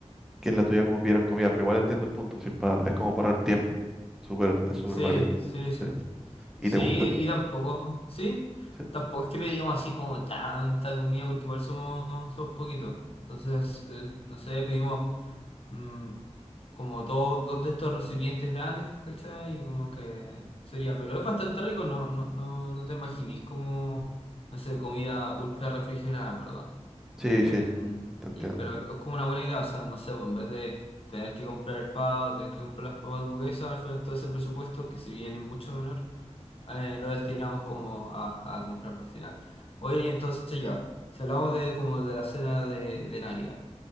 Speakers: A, in the centre; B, on the left (about 55°).
A: que en la tuya como pidieran comida, pero igual entiendo el punto, si es, pa- es como para ahorrar tiempo, po. súper, es súper
B: Sí,
A: válido.
B: sí, exacto.
A: sí. ¿Y
B: Sí,
A: te gusta?
B: y tampoco, sí,
A: Sí,
B: tampoco es que pedimos así como tanta comida porque igual somos, somos poquitos. Entonces, eh, no sé, pedimos mm, como dos, dos de estos recipientes grandes, ¿cachai? Y como que sería, pero es bastante rico, no, no, no, no te imaginís como, no sé, comida ultra refrigerada, en verdad.
A: sí,
B: Em,
A: sí, te entiendo.
B: y- pero es, es como una buena idea, o sea, no sé, pues, en vez de tener que comprar el pavo, tener que comprar las papas duquesas, al final todo ese presupuesto, que si bien es mucho menor, eh, lo destinamos como a, a comprar al final. Oye, entonces ya, si hablamos de como de la cena de, de Navidad,